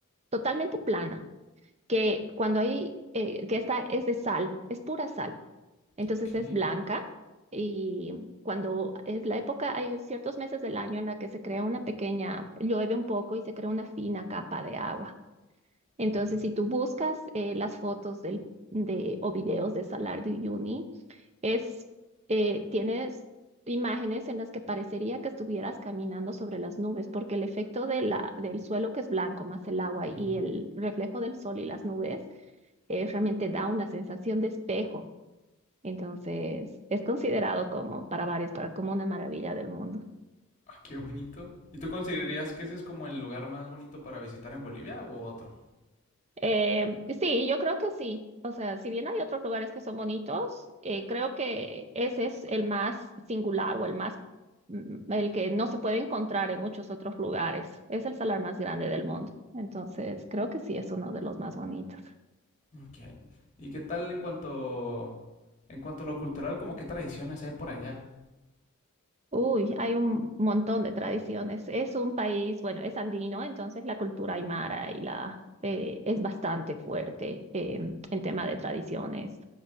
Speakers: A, on the right; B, on the left.
A: totalmente plana que cuando hay, eh, que esta es de sal, es pura sal, entonces
B: ok.
A: es blanca y cuando es la época, hay ciertos meses del año en la que se crea una pequeña, llueve un poco y se crea una fina capa de agua. Entonces,
B: Mm,
A: si tú buscas eh, las fotos del, de, o videos de Salar de Uyuni, es, eh, tienes imágenes en las que parecería que estuvieras caminando sobre las nubes, porque el efecto de la, del suelo que es blanco más el agua y
B: ujú.
A: el reflejo del sol y las nubes eh, realmente da una sensación de espejo. Entonces, es considerado como para varios, para como una maravilla del mundo.
B: Ah, qué bonito. ¿Y tú considerarías que ese es como el lugar más bonito para visitar en Bolivia o otro?
A: Eh, sí, yo creo que sí. O sea, si bien hay otros lugares que son bonitos, eh, creo que ese es el más singular o el más, mm, el que no se puede encontrar en muchos otros lugares. Es el salar más grande del mundo. Entonces, creo que sí es uno de los más bonitos.
B: Ok. ¿Y qué tal en cuanto en cuanto a lo cultural, como qué tradiciones hay por allá?
A: Uy, hay un montón de tradiciones. Es un país, bueno, es andino, entonces la cultura aymara y la eh, es bastante fuerte eh,
B: Mm.
A: en tema de tradiciones.